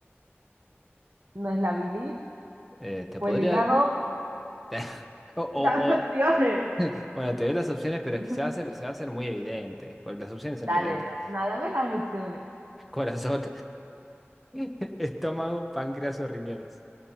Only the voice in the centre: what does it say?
Eh, te
podría...
<laughs> o, o-
o-
Bueno, te doy las opciones, pero
es que se va a hacer, se va a hacer muy evidente, porque las opciones
son evidentes.
Corazón, <laughs> estómago, páncreas o riñones.